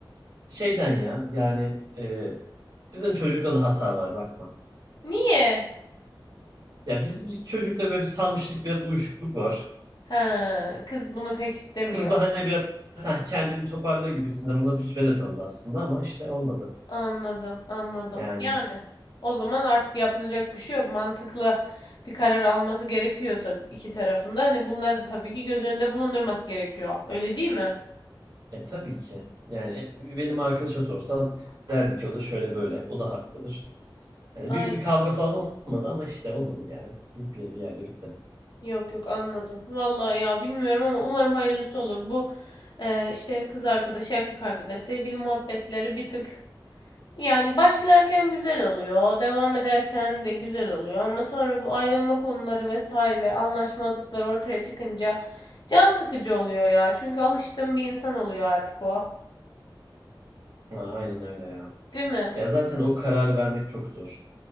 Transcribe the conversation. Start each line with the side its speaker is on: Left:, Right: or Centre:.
Right: şeyden ya yani e, bizim çocukta da hata var bakma.
Left: Niye?
Right: Ya bizim çocukta böyle bir salmışlık biraz uyuşukluk var.
Left: Ha, kız bunu pek istemiyor.
Right: Kız da hani biraz "Sen kendini toparla gibisinden onunla bir süre de tanıdı aslında ama işte olmadı.
Left: Anladım, anladım.
Right: Yani
Left: Yani o zaman artık yapılacak bir şey yok. Mantıklı bir karar alması gerekiyorsa iki tarafında hani bunları da tabii ki göz önünde bulundurması gerekiyor. Öyle değil mi?
Right: e tabii ki. Yani e, benim arkadaşa sorsan derdi ki o da şöyle böyle o da haklıdır. Hani
Left: Ay
Right: büyük bir kavga falan olmadı ama işte olmadı yani. Bir, bir, bir yerde bitti.
Left: yok yok anladım. Vallahi ya bilmiyorum ama umarım hayırlısı olur. Bu e, işte kız arkadaş, erkek arkadaş, sevgili muhabbetleri bir tık Yani başlarken güzel oluyor, devam ederken de güzel oluyor ama sonra bu ayrılma konuları vesaire, anlaşmazlıklar ortaya çıkınca can sıkıcı oluyor ya. Çünkü alıştığım bir insan oluyor artık o.
Right: Ha, aynen öyle ya.
Left: Değil mi?
Right: Ya zaten o kararı vermek çok zor.